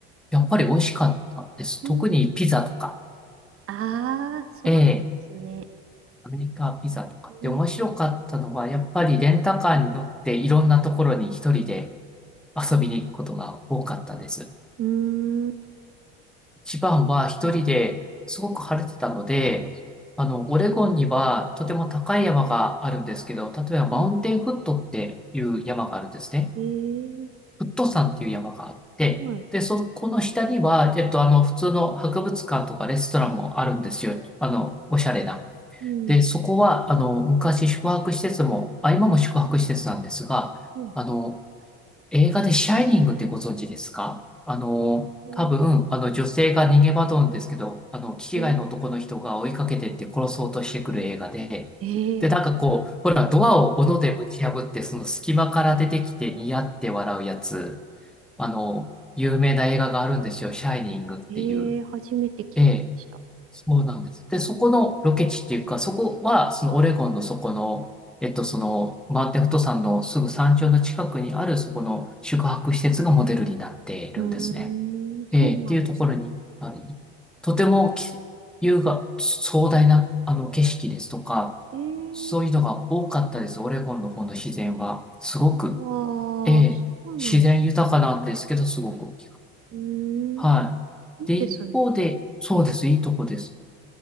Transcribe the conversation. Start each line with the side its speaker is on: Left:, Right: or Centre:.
Centre: やっぱり美味しかったです。
Right: うん、
Centre: 特にピザとか、
Right: ああ、そうなんですね。
Centre: ええ、アメリカピザとかって面白かったのは、
Right: う
Centre: やっぱりレンタカーに乗っていろんなところに一人で遊びに行くことが多かったです。
Right: ん、うー
Centre: 一番は一人ですごく晴れてたので、
Right: ん、
Centre: あの、オレゴンにはとても高い山があるんですけど、例えばマウンテンフットっていう山があるんですね。
Right: はい。ええ
Centre: フット山っていう山があって、
Right: ー、はい。
Centre: で、そこの下には、えっと、あの、普通の博物館とかレストランもあるんですよ。あの、おしゃれな。
Right: うん、
Centre: で、そこは、あの、昔宿泊施設も、あ、今も宿泊施設なんですが、
Right: うん、
Centre: あの、映画でシャイニングってご存知ですかあの、
Right: うん
Centre: 多分、あの女性が逃げ惑うんですけど、あの、気違いの男の人が追いかけてって殺そうとしてくる映画で、
Right: ええ
Centre: で、なんかこう、
Right: ー
Centre: ほら、ドアを斧でぶち破って、その隙間から出てきてニヤって笑うやつ、あの、有名な映画があるんですよ、シャイニングっていう。
Right: ええ初めて聞きました。
Centre: ええそうなんです。で、そこのロケ地っていうか、そこは、そのオレゴンのそこの、えっと、その、マーテンフット山のすぐ山頂の近くにある、そこの宿泊施設がモデルになっているんですね。
Right: うーん、そうなんです。
Centre: えーっていうところに、ありとてもき優雅、壮大な、あの、景色ですとか、
Right: ええ
Centre: そういうのが多かったです。オレゴンの方の自然は。すごく、
Right: ああー、
Centre: えー自然豊かなんですけど、
Right: そうなんです。
Centre: すごく大きい。
Right: うーん、
Centre: はい。
Right: いいですね。
Centre: で、一方で、そうです。いいとこです。